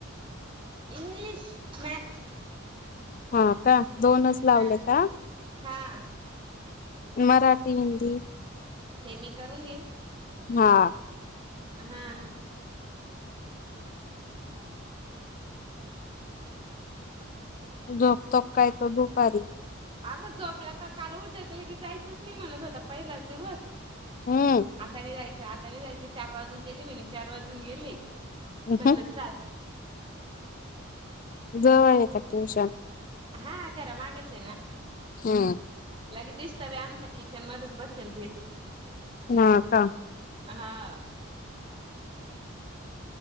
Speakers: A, on the right; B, on the left.
A: इंग्लिश, मॅथ
B: हा का दोनच
A: हा.
B: लावले का?
A: हा
B: मराठी, हिंदी
A: ते मी करून घेईन.
B: हा
A: हा.
B: झोपतो काय तो दुपारी
A: अगं झोपला का काल उठ की लगेच जायचंच नाय म्हणत होता पहिलाच दिवस
B: हम्म
A: आता नाय जायचं आता नाय जायचं चार वाजून गेले म्हणे चार वाजून गेले. म्हणलं
B: ह
A: चाल
B: जवळ आहे का ट्यूशन
A: हा घरामागच हे ना
B: हम्म
A: लगे दिसत बय आमच्या किचन मध्ये बसेल बेस
B: हा का?
A: हा.